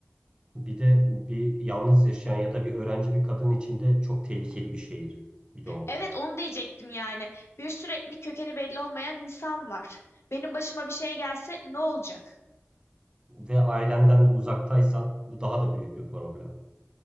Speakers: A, on the right (about 20°); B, on the left (about 65°).
A: bir de bir yalnız yaşayan ya da bir öğrenci bir kadın için de çok tehlikeli bir şehir. Bir de o var.
B: Evet onu diyecektim yani. Bir sürü etnik kökeni belli olmayan insan var. Benim başıma bir şey gelse ne olacak?
A: Ve ailenden de uzaktaysan bu daha da büyük bir problem.